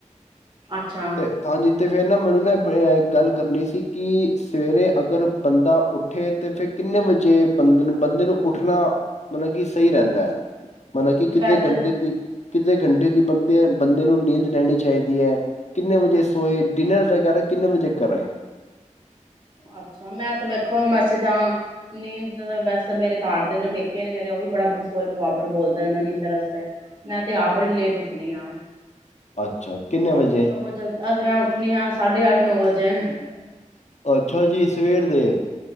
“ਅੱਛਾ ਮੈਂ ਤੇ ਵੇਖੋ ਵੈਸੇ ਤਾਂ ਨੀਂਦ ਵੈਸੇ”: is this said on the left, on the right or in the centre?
Right